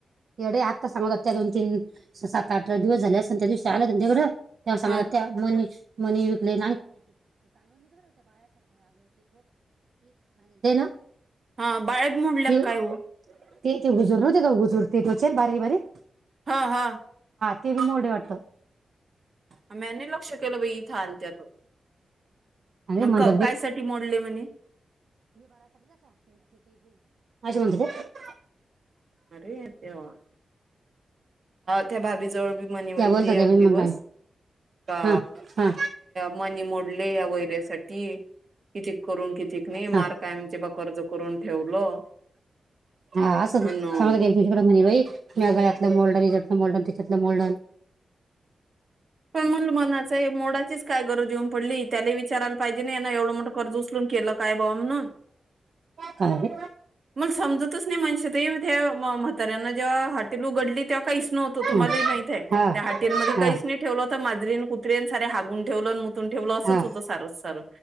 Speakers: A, on the right; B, on the right.
A: येडे आत्ता सांग दोन तीन साथ आठ दिवस झाल असल त्या दिशी आला न तिकड? <unintelligible>
B: ह
A: मणी मणी विकले <unintelligible>
B: हा, बाळ्या मोडल्या
A: ते
B: का काय हो?
A: ते हुजूर हुजूर नवते का टोचले बारीक बारीक
B: ह ह
A: ते बी मोडे वाटत <unintelligible>
B: म्या नाही लक्ष केलं बाई इथं आलत्या तो
A: अशे म्हणत
B: काय साठी मोडले म्हणे
A: होते
B: अरे त्या त्या भाभी जवळ मणी म्हणती
A: त्या बोलतात त्या
B: एक
A: बाई मग
B: दिवस
A: काय
B: का
A: हा हा
B: मणी मोडले या त्यासाठी ती कितीक करू अन् कितीक नाही
A: हा
B: मार कायमच बा कर्ज करून ठेवलं.
A: हा अस <unintelligible>
B: अन
A: म्या गड्यातल मोड हे मोड अन् त्याच्यातल मोड
B: पण मला म्हणाचय मोडायची गरज काय येऊन पडली? त्याले विचारायला पाहिजे ना यान येवढं मोठ कर्ज उचलून केलं काय बो म्हणून
A: काय बे?
B: मला समजतच नाही मनिषा ताई त्या म्हाताऱ्यानं जेव्हा हॉटेल उघडली <inaudible> नव्हत,
A: हा
B: तुम्हाला बी माहित य
A: हा
B: त्या हॉटेलमधी काहीच
A: हा
B: नाही ठेवलं होत, माजरीन कुत्रेन सारे हगून ठेवलं मु ठेवलं असच
A: हा
B: होत सारच सार